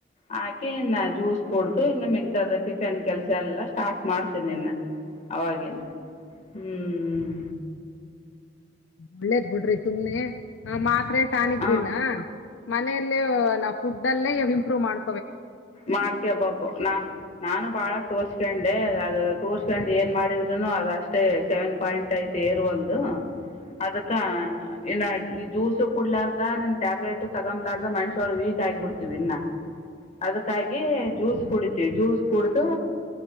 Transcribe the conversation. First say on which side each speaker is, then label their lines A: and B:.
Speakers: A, on the left; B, on the left.
A: ಹಾಕಿ ಇನ್ನ ಜ್ಯೂಸ್ ಕುಡ್ದು ಇನ್ನು ಮಿಗತಾದ ಟಿಫಿನ್ ಕೆಲ್ಸ ಎಲ್ಲಾ ಸ್ಟಾರ್ಟ್ ಮಾಡ್ತನಿ ಇನ್ನ. ಅವಾಗೇನು ಹ್ಮ್ ಹ್ಮ್.
B: ಒಳ್ಳೇದ್ ಬಿಡ್ರಿ ಸುಮ್ನೆ ಮಾತ್ರೆ ಟಾನಿಗ್
A: ಹಾಂ
B: ಗನ್ನ. ಮನೆಯಲ್ಲ ನಾವು ಫುಡ್ ಅಲ್ಲೇ ಇಂಪ್ರೂವ್ ಮಾಡ್.
A: ಮಾಡ್ಕೇಬೇಕು ನಾ ನಾನು ಬಾಳ ತೋರ್ಸ್ಕೊಂಡೆ ಅದು ತೋರ್. ಹಕಂಡ್ ಏನ್ ಮಾಡಿದ್ರುನು ಅದಷ್ಟೇ ಸೆವೆನ್ ಪಾಯಿಂಟ್ ಐತಿ ಏರುವಲ್ದು. ಅದಕ್ಕ ಏನ ಈ ಜ್ಯೂಸ ಕುಡ್ಲಾರ್ದ ನಿನ್ ಟ್ಯಾಬ್ಲೆಟ್ ತಗಂಬ್ಲಾರ್ದ ಮನುಷ್ಯಳ ವೀಕ್ ಆಗಿಬಿಡ್ತೀವಿ ಇನ್ನ ಅದಕ್ಕಾಗಿ ಜ್ಯೂಸ್
B: ಹ್ಮ್.
A: ಕುಡಿತೀವಿ ಜ್ಯೂಸ್ ಕುಡ್ದು